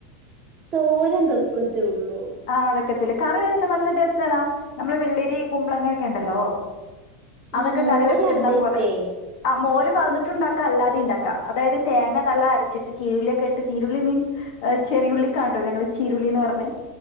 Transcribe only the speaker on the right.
തോരം വെക്ക ത്തുള്ളൂ
ഈ മോരാണ്
ഉദ്ദേശിച്ചേ